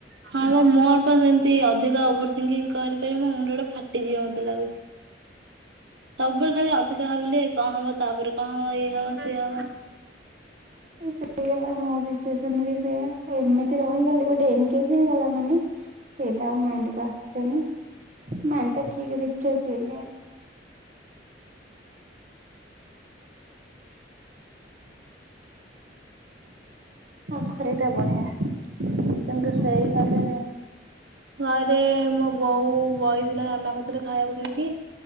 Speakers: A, on the right; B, on the right.
A: ହଁମୋ ମୋର ପା ସେମତି ଅଧିକ ଓଭର ଥିଙ୍କିଙ୍ଗ କରିପାରି ମୋ ମୁଣ୍ଡଟା ଫା ଟି ଯିବ ମତେ ଲାଗୁଛି, ସବୁବେଳେ ଖାଲି ଅଧିକା ଭାବିଲେ କଣ ହବ? ତାପରେ କଣ ହବ ଇଏ ହବ ସିଏ ହବ।
B: <unintelligible> ସେଇୟା ପା ମୋ ସିଚ୍ୟୁସନ ବି ସେୟା, ଏମିତି ରହିଗଲି ଗୋଟେ ଏନଗେଜ୍ ଯେ ହେଇଗଲା ମାନେ ସେଇଟା ଆଉ ମାଇଣ୍ଡକୁ ଆସେନି, ମାଇଣ୍ଡଟା ଠିକ୍ ରିଫ୍ରେଶ ସେଇଯାଏଁ ହ ହଁ।
A: ହୁଁ ସେଇଟା ବଢ଼ିଆ କିନ୍ତୁ ସେଇ ଗଲେ ଘରେ ମୋ ବୋଉ ବଇଥିଲା ନନା କତିରେ ଖାଇବାକୁ ଦେଇକି।